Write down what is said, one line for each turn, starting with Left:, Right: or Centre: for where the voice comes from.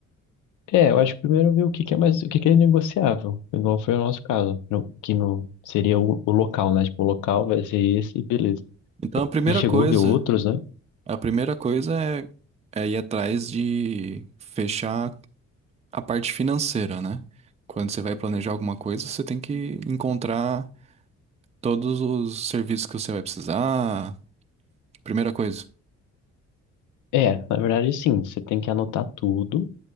Left: É, eu acho que primeiro ver o que que é mais, o que que é negociável, igual foi o nosso caso, no- que no, seria o, o local, né? Tipo, o local vai ser esse, beleza.
Right: Então, a primeira
Left: E chegou
Right: coisa,
Left: a ver outros, né?
Right: a primeira coisa é, é ir atrás de fechar a parte financeira, né? Quando você vai planejar alguma coisa, você tem que encontrar todos os serviços que você vai precisar. Primeira coisa,
Left: É, na verdade, sim, você tem que anotar tudo